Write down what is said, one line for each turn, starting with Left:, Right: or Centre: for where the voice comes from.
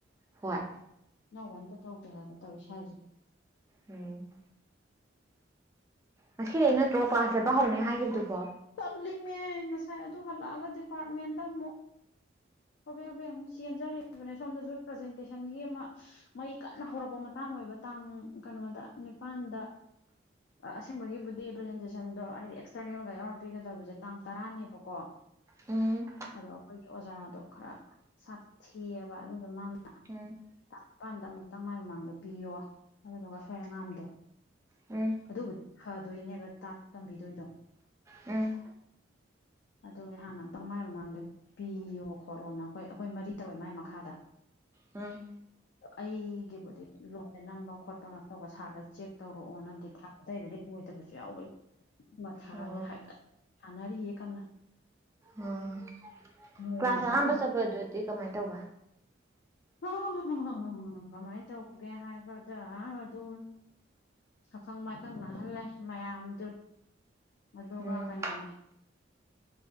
Right: ꯍꯣꯏ
Left: ꯑꯅꯧꯕ ꯑꯝꯇ ꯇꯧꯗ꯭ꯔꯦ ꯍꯥꯏꯕ ꯇꯧꯔꯤꯁꯦ ꯁꯨꯋꯥꯢꯁꯤ
Right: ꯎꯝ ꯉꯁꯤꯗꯤ ꯅꯠꯇ꯭ꯔꯣ ꯀ꯭ꯂꯥꯁ ꯆꯠꯄ ꯍꯧꯅꯦ ꯍꯥꯏꯈꯤꯕꯗꯨꯕꯣ
Left: ꯆꯠꯂꯤꯃꯦ ꯉꯁꯥꯏ ꯑꯗꯨ ꯍꯜꯂꯛꯑꯒ ꯗꯤꯄꯥꯔꯠꯃꯦꯟꯗ ꯑꯃꯨꯛ ꯍꯕꯦ ꯍꯕꯦ ꯑꯃꯛ ꯆꯦꯟꯖꯔꯤꯕꯅꯦ ꯁꯣꯝꯗꯁꯨ ꯄ꯭ꯔꯖꯦꯟꯇꯦꯁꯟ ꯑꯃ ꯃꯩ ꯀꯟꯅ ꯍꯧꯔꯛꯄ ꯃꯇꯥꯡ ꯑꯣꯏꯕ ꯇꯥꯡ ꯀꯩꯅꯣꯗ ꯅꯤꯄꯥꯜꯗ ꯑꯁꯦꯡꯕꯒꯤꯕꯨꯗꯤ ꯄ꯭ꯔꯖꯦꯟꯇꯦꯁꯟꯗꯣ ꯍꯥꯏꯗꯤ ꯑꯦꯛꯁꯇꯔꯅꯦꯜꯒ ꯌꯥꯎꯔꯛꯄꯤꯒꯗꯕꯁꯦ ꯇꯥꯡ ꯇꯔꯥꯅꯦꯕꯀꯣ
Right: ꯎꯝ
Left: ꯑꯗꯣ ꯑꯩꯈꯣꯏꯒꯤ ꯑꯣꯖꯥꯗꯣ ꯈꯔ ꯁꯥꯊꯤꯑꯕ ꯑꯗꯨꯗ ꯃꯥꯅ
Right: ꯎꯝ
Left: ꯃꯄꯥꯟꯗ ꯑꯃꯨꯛꯇꯪ ꯃꯥꯏ ꯃꯃꯥꯡꯗ ꯄꯤꯌꯣ ꯑꯗꯨꯗꯨꯒ ꯑꯁꯣꯢ ꯑꯉꯥꯝꯗꯣ
Right: ꯎꯝ
Left: ꯑꯗꯨꯕꯨꯗꯤ ꯐꯗꯣꯏꯅꯦꯕ ꯇꯥꯛ ꯇꯝꯕꯤꯗꯣꯏꯗꯣ
Right: ꯎꯝ
Left: ꯑꯗꯨꯒꯤ ꯍꯥꯟꯅ ꯑꯝꯇꯪ ꯃꯥꯏ ꯃꯃꯥꯡꯗ ꯄꯤꯌꯣ ꯈꯣꯠꯂꯣꯅ ꯑꯩꯈꯣꯏ ꯑꯩꯈꯣꯏ ꯃꯔꯤ ꯇꯧꯋꯦ ꯃꯥꯏ ꯃꯈꯥꯗ
Right: ꯑꯝ
Left: ꯑꯩꯒꯤꯕꯨꯗꯤ ꯂꯣꯏꯅ ꯅꯝꯕ ꯈꯣꯠꯄ ꯀ ꯇꯧꯕ ꯁꯥꯔꯗ ꯆꯦꯛ ꯇꯧꯔꯛꯑꯣ ꯅꯗꯤ ꯊꯥꯈꯔꯦ ꯑꯗꯥꯏ ꯂꯣꯏꯗꯕꯁꯨ ꯌꯥꯎꯋꯦ ꯃꯊꯥꯁꯦ
Right: ꯑꯣ
Left: ꯍꯥꯏꯀꯠ ꯁꯥꯅꯔꯤꯌꯦ ꯀꯟꯅꯥ
Right: ꯎꯝ
Left: ꯑꯣ
Right: ꯀ꯭ꯂꯥꯁ
Left: ꯉꯁꯥꯏ
Right: ꯑꯍꯥꯟꯕ ꯆꯠꯄꯗꯗꯤ ꯀꯃꯥꯏꯅ ꯇꯧꯕ
Left: ꯍ ꯍ ꯍ ꯀꯃꯥꯏꯅ ꯇꯧꯒꯦ ꯍꯥꯏꯕꯗ ꯑꯗꯨ ꯁꯥꯈꯪ ꯃꯥꯏꯈꯪ ꯅꯥꯍꯜꯂꯦ ꯃꯌꯥꯝꯗꯨ ꯑꯗꯨꯒ
Right: ꯎꯝ
Left: ꯀꯩꯅꯣꯅꯦ